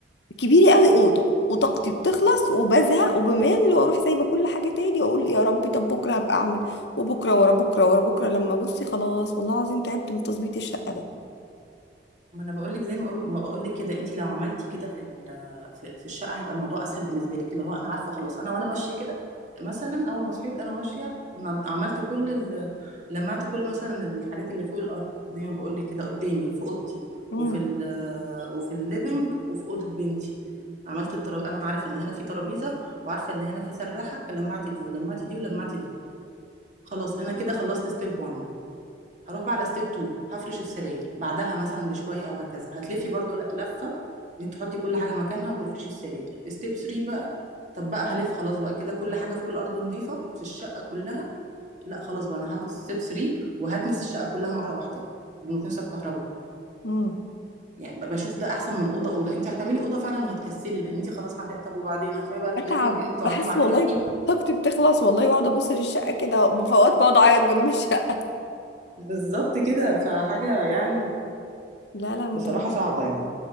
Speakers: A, on the left; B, on the right.
A: كبيره قوي اوضه وطاقتي بتخلص وبزهق وبمل واروح سايبه كل حاجه تاني واقول يا ربي طب بكره هبقى اعمل وبكره ورا بكره ورا بكره لما بصي خلاص والله العظيم تعبت من تظبيط الشقه ده
B: ما انا بقول لك زي ما ما بقول لك كده انت لو عملتي كده في ال- في في الشقه هيبقى الموضوع اسهل بالنسبه لك اللي هو انا عارفه خلاص انا وانا ماشيه كده مثلا اول ما صحيت انا ماشيه نض- عملت كل ال... لمعت كل مثلا الحاجات اللي فوق الارض زي ما بقول لك كده قدامي في اوضتي
A: امم
B: وفي ال... وفي الليفينج وفي اوضه بنتي عملت الترابيزه انا عارفه ان هنا في ترابيزه وعارفه ان هنا في سراحه فلمعت دي ولمعت دي ولمعت دي خلاص انا كده خلصت ستيب 1 هروح بقى على ستيب 2 هفرش السراير بعدها مثلا بشويه او هكذا هتلفي برضو ل- لفه ان انت تحطي كل حاجه مكانها وتفرشي السراير ستيب 3 بقى طب بقى هلف خلاص بقى كده كل حاجه فوق الارض نظيفه في الشقه كلها لا خلاص بقى انا هاخد ستيب 3 وهكنس الشقه كلها مره واحده بالمكنسه بكهرباء
A: امم
B: يعني ب- بشوف ده احسن من اوضه اوضه انت هتعملي اوضه فعلا وهتكسلي لان انت خلاص هت... طب وبعدين هتروحي بقى الليفنج
A: بتعب
B: تقعدي
A: بحس
B: مع
A: والله
B: الترتيب
A: طاقتي بتخلص والله واقعد ابص للشقه كده وفي اوقات بقعد اعيط جنب الشقه
B: بالظبط كده فحاجه يعني
A: لا لا متعب
B: بصراحه صعبه يعني